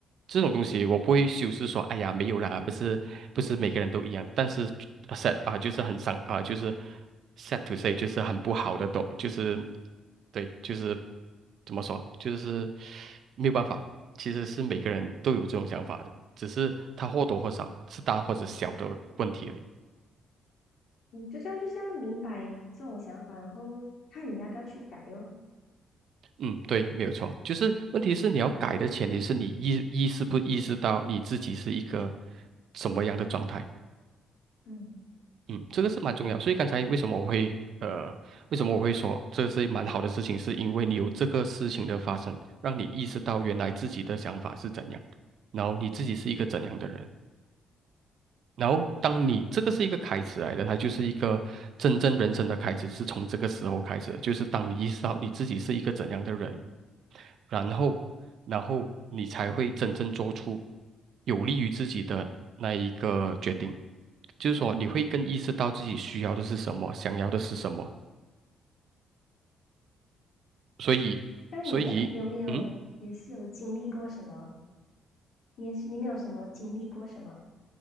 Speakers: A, on the right; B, on the left.
A: 这种东西我不会修饰说，哎呀，没有啦，不是不是每个人都一样，但是 sad 啊、就是很伤啊、就是 sad to say，就是很不好的东，就是对，就是怎么说，就是没有办法，其实是每个人都有这种想法的，只是他或多或少是大或者小的问题而已。
B: 你就这样就是要明白你这种想法，然后看你要不要去改哦。
A: 嗯，对，没有错，就是问题是你要改的前提是你意意识不意识到你自己是一个什么样的状态。
B: 嗯，
A: 嗯，这个是蛮重要，所以刚才为什么我会呃，为什么我会说这是蛮好的事情，是因为你有这个事情的发生，让你意识到原来自己的想法是怎样，然后你自己是一个怎样的人。然后，当你这个是一个开始来的，它就是一个真正人生的开始，是从这个时候开始的就是当你意识到你自己是一个怎样的人，然后，然后你才会真正做出有利于自己的那一个决定，就是说你会更意识到自己需要的是什么，想要的是什么，所以，
B: 那你耶你有没有也是有经历过什么？
A: 所以，嗯。
B: 你也是你没有什么经历过什么？